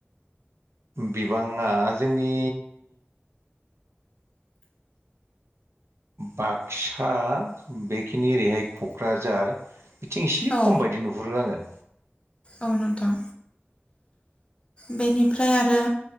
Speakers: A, on the right; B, on the left.
A: बिबाङा जोंनि बाक्सा बेखिनि ओरैहाय क'क्राझार बिथिं इसे
B: औ
A: खम बायदि नुहरो आङो।
B: औ नोंथां। बेनिफ्राय आरो